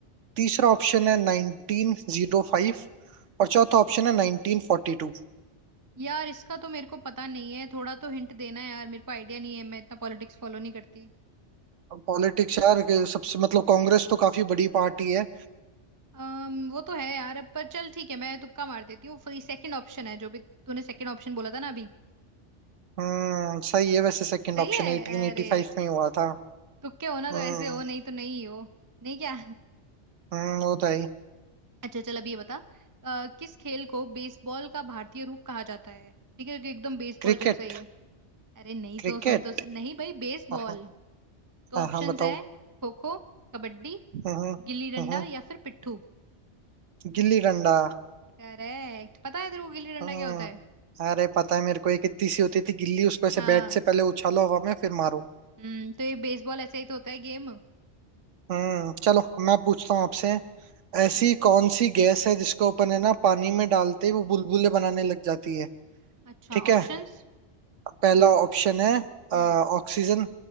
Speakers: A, on the right (about 85°); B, on the right (about 20°).
A: तीसरा ऑप्शन है नाइनटीन जीरो फाइव और चौथा ऑप्शन है नाइनटीन फोर्टी टू
B: यार इसका तो मेरे को पता नहीं है थोड़ा तो हिंट देना यार मेरे को आइडिया नहीं है मैं इतना पॉलिटिक्स फॉलो नहीं करती
A: पॉलिटिक्स यार के सबसे मतलब कांग्रेस तो काफी बड़ी पार्टी है
B: अम्म वो तो है यार अब पर चल ठीक है मैं तुक्का मार देती हूँ फ्री सेकंड ऑप्शन है जो भी तूने सेकंड ऑप्शन बोला था ना अभी
A: हम्म सही है वैसे second
B: सही
A: option
B: है
A: eighteen eighty
B: अरे
A: five में ही हुआ था
B: तुक्के हो ना तो
A: हम्म
B: ऐसे हो नहीं तो नहीं हो नहीं क्या
A: हम्म वो तो है
B: अच्छा चल अब ये बता अ, किस खेल को बेसबॉल का भारतीय रूप कहा जाता है ठीक है कि एकदम बेसबॉल
A: क्रिकेट
B: जैसा ही है अरे नहीं
A: क्रिकेट
B: तो सुन तो सुन- नहीं भाई बेसबॉल
A: हाँ
B: तो
A: हाँ
B: ऑप्शंस
A: हाँ, बताओ
B: है खो खो कबड्डी
A: हम्म हम्म
B: गिल्ली डंडा
A: हम्म।
B: या फिर पिट्ठू
A: गिल्ली डंडा
B: करेक्ट पता है तेरे को गिल्ली डंडा
A: हाँ
B: क्या होता है
A: अरे पता है मेरे को एक इतनी सी होती थी गिल्ली उसको ऐसे
B: हाँ
A: बैट से पहले उछालो हवा में फिर मारो
B: हम्म तो ये बेसबॉल ऐसा ही तो होता है गेम
A: हम्म चलो मैं पूछता हूँ आपसे ऐसी
B: पूछ पूछ
A: कौन सी गैस है जिसको अपन है ना पानी में डालते ही वो बुलबुले बनाने लग जाती है
B: अच्छा
A: ठीक
B: ऑप्शंस
A: है पहला ऑप्शन है
B: हम्म
A: ऑक्सीजन